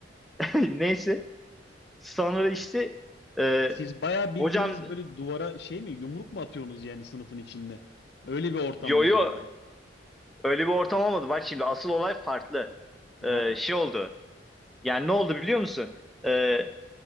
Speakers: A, in the centre; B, on the left.
A: <laughs> Neyse sonra işte e,
B: Siz bayağı bildiğiniz
A: hocam
B: böyle duvara şey mi? Yumruk mu atıyorsunuz yani sınıfın içinde? Öyle bir ortam
A: yo
B: mı
A: yo
B: oldu orada?
A: öyle bir ortam olmadı. Bak şimdi asıl olay farklı.
B: Ha.
A: E, şey oldu. Yani ne oldu biliyor musun? E,